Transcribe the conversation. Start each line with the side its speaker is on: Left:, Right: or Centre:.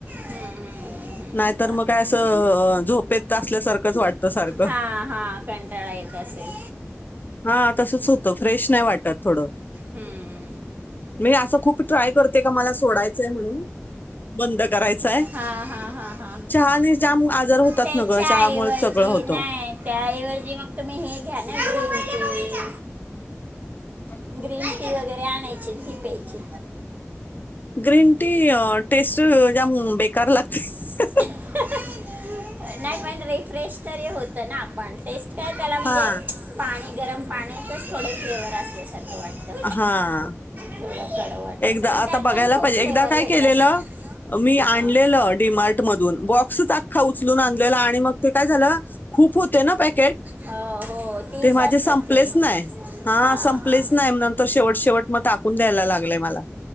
Right: हम्म, हम्म, हम्म, हम्म.
Left: नाहीतर मग काय असं झोपेत असल्यासारखंच वाटतं सारखं.
Right: हा हा कंटाळा येत असेल.
Left: हा तसच होतं फ्रेश नाही वाटत थोडं.
Right: हम्म.
Left: मी असं खूप- ट्राय करते का मला सोडायचंय म्हणून, बंद करायचंय.
Right: हा हा हा हा
Left: चहाने जाम आजार होतात
Right: त्याच्याऐवजी
Left: न गं, चहामुळे सगळं होतं.
Right: नाही त्याऐवजी मग तुम्ही हे घ्या ना ग्रीन टी-
Left: <inaudible>
Right: ग्रीन टी वगैरे आणायची, ती प्यायची.
Left: ग्रीन टी टेस्ट जाम बेकार लागते ह ह
Right: ह ह, नाही पण रिफ्रेश तरी होतं ना आपण. टेस्ट काय त्याला म्हणजे
Left: हा
Right: पाणी गरम पाण्यातच थोडं फ्लेवर असल्यासारखं वाटतं.
Left: हा
Right: थोडा कडवट.
Left: एकदा
Right: असं पण
Left: आता
Right: त्यात
Left: बघायला
Right: पण खूप
Left: पाहिजे.
Right: फ्लेवर
Left: एकदा काय
Right: भेटतात
Left: केलेलं, मी आणलेलं-
Right: हां
Left: डी मार्ट मधून. बॉक्सच अख्खा उचलून आणलेला आणि मग ते काय झालं खूप होते पॅक- केट,
Right: हो हो तीस
Left: ते माझे
Right: असतात
Left: संपलेच
Right: ते
Left: नाही. हा
Right: हां
Left: संपलेच
Right: हां
Left: नाही ना- तर शेवट शेवट मग टाकून द्यायला लागलंय मला.